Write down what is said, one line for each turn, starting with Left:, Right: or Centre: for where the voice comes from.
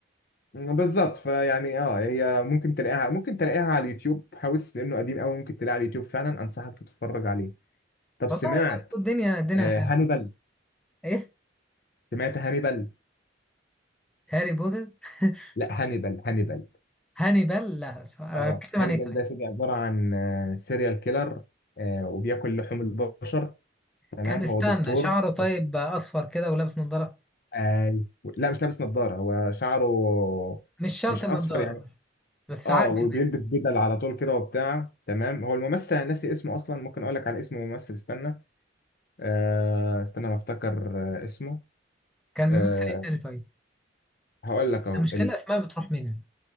Left: بالظبط فيعني اه هي ممكن تلاقيها ممكن تلاقيها على اليوتيوب هاوس لانه قديم قوي ممكن تلاقيها على اليوتيوب فعلا انصحك تتفرج عليه طب
Centre: والله
Left: سمعت
Centre: برضه الدنيا الدنيا
Left: آه
Centre: حلوة
Left: هانيبال
Centre: إيه؟
Left: سمعت هانيبال
Centre: هاري بوتر <laughs>
Left: لا هانيبال هانيبال
Centre: هانيبال لا آه،
Left: اه
Centre: بتكلم
Left: هانيبال
Centre: عن إيه طيب؟
Left: ده سيدي عبارة عن آه سيريال كيلر آه وبياكل لحوم البشر تمام
Centre: كان
Left: هو
Centre: استنى
Left: دكتور
Centre: شعره طيب
Left: لا
Centre: آه، أصفر كده ولابس نظارة
Left: آه لا مش لابس نظارة هو شعره
Centre: مش شرط
Left: مش
Centre: النظارة
Left: أصفر يعني
Centre: بس بس
Left: اه
Centre: عادي
Left: وبيلبس بدل على طول كده وبتاع تمام هو الممثل أنا ناسي اسمه أصلا ممكن أقول لك على اسم الممثل استنى آه استنى ما أفتكر آه اسمه
Centre: كان
Left: آه
Centre: ممثل إيه تاني طيب؟
Left: هقول لك أهو
Centre: المشكلة الأسماء بتروح مني